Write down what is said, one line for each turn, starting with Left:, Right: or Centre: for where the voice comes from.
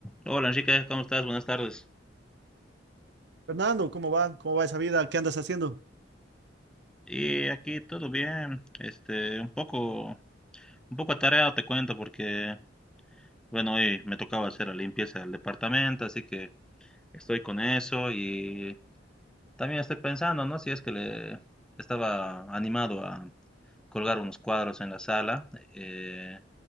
Centre: Hola Enrique, ¿cómo estás? Buenas tardes.
Right: Fernando, ¿cómo va? ¿Cómo va esa vida? ¿Qué andas haciendo?
Centre: Y aquí todo bien, este, un poco, un poco atareado te cuento porque, bueno, hoy me tocaba hacer la limpieza del departamento, así que estoy con eso y también estoy pensando, ¿no? Si es que le estaba animado a colgar unos cuadros en la sala, eh,